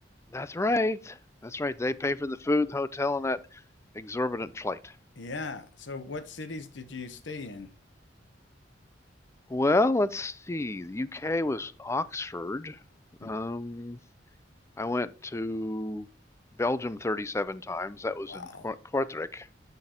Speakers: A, on the left; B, on the left.
A: That's right. That's right. They pay for the food, the hotel, and that exorbitant flight.
B: Yeah. So what cities did you stay in?
A: Well, let's see. The UK was Oxford.
B: Mm.
A: Um, I went to Belgium 37 times. That was
B: Wow.
A: in Cor- Kortrijk,